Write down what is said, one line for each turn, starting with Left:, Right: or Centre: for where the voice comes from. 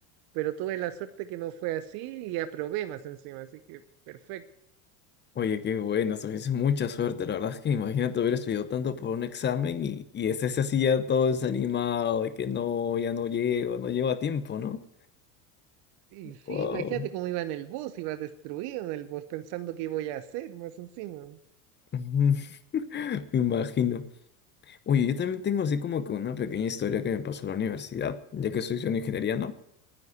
Right: pero tuve la suerte que no fue así y aprobé más encima, así que perfecto.
Left: Oye, qué bueno, tuviste mucha suerte. La verdad es que imagínate haber estudiado tanto por un examen y, y estés así ya todo desanimado de que no, ya no llego, no llego a tiempo, ¿no?
Right: Y sí,
Left: Wow.
Right: imagínate cómo iba en el bus, iba destruido en el bus pensando qué voy a hacer más encima.
Left: <laughs> Me imagino. Oye, yo también tengo así como que una pequeña historia que me pasó en la universidad, ya que soy de ingeniería, ¿no?